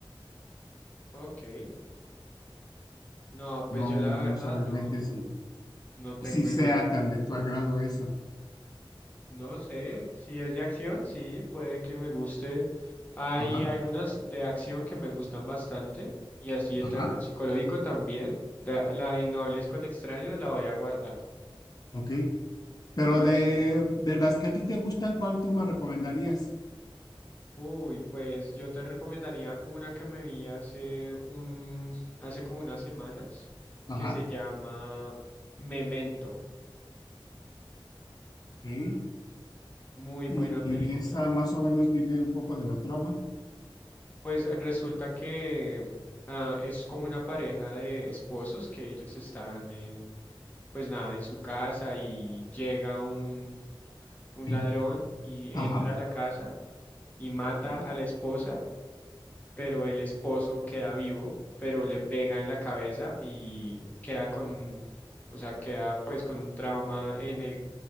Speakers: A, on the left; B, on the left.
A: Ok. No, pues
B: No,
A: yo la
B: no
A: verdad
B: sé realmente
A: no,
B: si
A: no tengo
B: si sea
A: idea.
B: tan de tu agrado eso.
A: No sé, si es de acción, sí, puede que me guste. Hay
B: Ajá,
A: algunas
B: Ay,
A: de acción que me gustan bastante y así de
B: ajá,
A: terror psicológico también. La, la de No hables con extraños la voy a guardar.
B: ok. Pero
A: A ver
B: de,
A: si me la veo.
B: de las que a ti te gustan, ¿cuál tú me recomendarías?
A: Uy, pues yo te recomendaría una que me vi hace un, hace como unas semanas,
B: Ajá,
A: que se llama Memento.
B: ok.
A: Muy
B: Y,
A: buena película.
B: y esa más o menos dime un poco de la trama.
A: Pues resulta que ah, es como una pareja de esposos que ellos están en, pues nada, en su casa y llega un, un
B: <clears throat>
A: ladrón y entra
B: Ajá,
A: a la casa y mata
B: ok.
A: a la esposa, pero el esposo queda vivo, pero le pega en la cabeza y queda con, o sea, queda pues con un trauma en el,